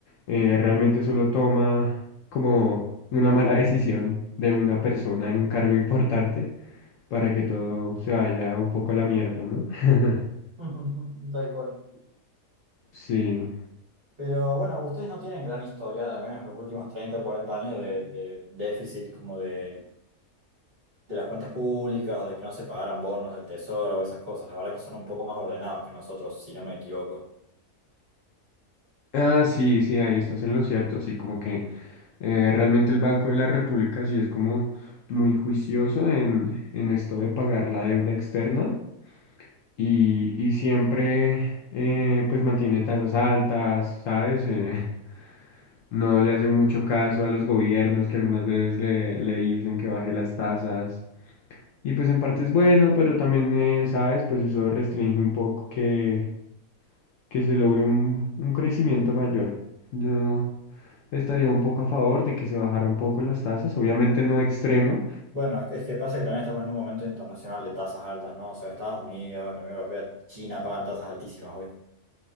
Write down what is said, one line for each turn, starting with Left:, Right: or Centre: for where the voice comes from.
Left: Eh, realmente solo toma como una mala decisión de una persona en un cargo importante para que todo se vaya un poco a la mierda, ¿no? <laughs>
Right: <laughs> Tal cual.
Left: Sí.
Right: Pero bueno, ustedes no tienen gran historia, al menos en los últimos 30 o 40 años, de, de déficit como de, de las cuentas públicas o de que no se pagaran bonos del tesoro o esas cosas. La verdad que son un poco más ordenados que nosotros, si no me equivoco.
Left: Ah, sí, sí, ahí estás en lo cierto, sí, como que... Eh, realmente el Banco de la República sí es como muy juicioso en, en esto de pagar la deuda externa y, y siempre eh, pues mantiene tasas altas, ¿sabes? Eh, <laughs> no le hace mucho caso a los gobiernos que algunas veces le, le dicen que baje las tasas y pues en parte es bueno, pero también, eh, ¿sabes? Pues eso restringe un poco que, que se logre un, un crecimiento mayor. Yo, Estaría un poco a favor de que se bajara un poco las tasas, obviamente no extremo,
Right: Bueno, es que pasa que también estamos en un momento internacional de tasas altas, ¿no? O sea, Estados Unidos, la Unión Europea, China pagan tasas altísimas hoy.